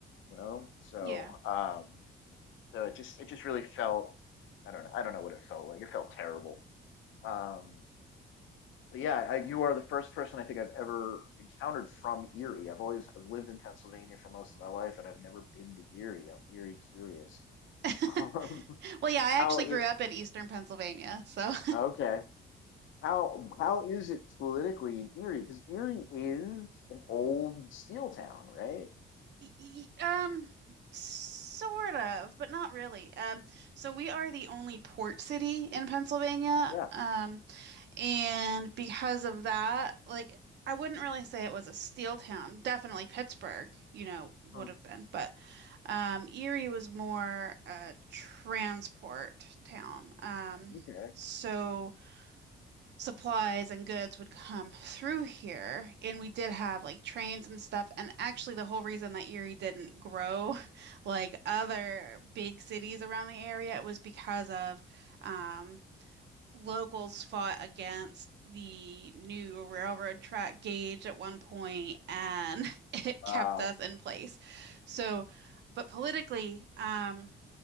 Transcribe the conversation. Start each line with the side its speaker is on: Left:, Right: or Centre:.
Left: you know. So,
Right: Yeah.
Left: um, so it just it just really felt, I don't know, I don't know what it felt like. It felt terrible. Um, but yeah, I, you are the first person I think I've ever encountered from Erie. I've always I've lived in Pennsylvania for most of my life, and I've never been to Erie. I'm Erie curious.
Right: <laughs>
Left: Um,
Right: Well,
Left: <laughs>
Right: yeah, I
Left: how
Right: actually
Left: it
Right: grew up in Eastern Pennsylvania, so
Left: okay? How how is it politically in Erie? Because Erie is an old steel town, right?
Right: <laughs> um sort of, but not really. Um so we are the only port city in Pennsylvania.
Left: Yeah.
Right: Um And because of that, like I wouldn't really say it was a steel town. Definitely Pittsburgh, you know, would
Left: Hmm.
Right: have been, but um, Erie was more a transport town. Um,
Left: Okay.
Right: so supplies and goods would come <laughs> through here, and we did have like trains and stuff. And actually, the whole reason that Erie didn't grow <laughs> like other big cities around the area was because of um, locals fought against the new railroad track gauge at one point and <laughs> it kept
Left: Wow.
Right: us in place. So, but politically, um,